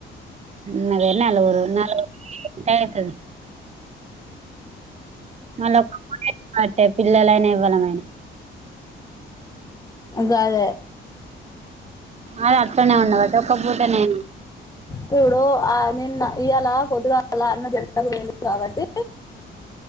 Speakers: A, on the right; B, on the left.
A: ఉ అదే నలగురు <inaudible> అయితది మళ్ళ అట్టే పిల్లలైనా ఇవ్వమనా
B: గదే
A: అది అట్నే ఉండవాటి ఒక పూటనే
B: ఇప్పుడు ఆ నిన్న ఇయ్యాల పొద్గాల అన్నది ఆ వెళ్లు కాబట్టి